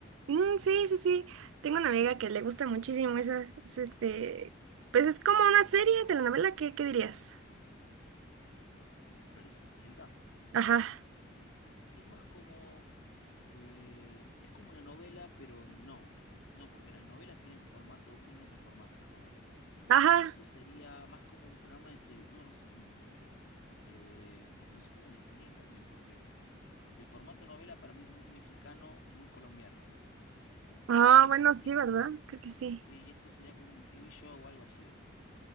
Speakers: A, on the right; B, on the left.
A: Mm, sí, sí, sí. Tengo una amiga que le gusta muchísimo esa, es este, pues es como una serie, telenovela, ¿qué, qué dirías?
B: Floricienta
A: Ajá,
B: es más como, eh, es como una novela, pero no. No, porque las novelas tienen formato, tienen otro formato las novelas.
A: ajá.
B: Esto sería más como un programa de televisión. No, no sé cómo decirlo. Eh, no sé cómo definir también, porque el formato novela para mí es muy mexicano, muy colombiano.
A: Ah,
B: Y,
A: bueno, sí,
B: y esto,
A: ¿verdad? Creo que sí.
B: sí, y esto sería como un TV show o algo así.